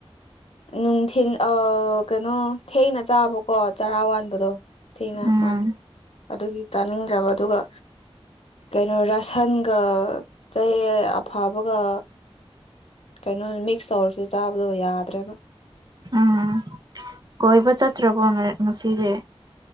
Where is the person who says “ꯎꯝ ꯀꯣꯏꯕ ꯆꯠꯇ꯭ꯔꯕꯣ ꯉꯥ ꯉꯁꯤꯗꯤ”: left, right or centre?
Right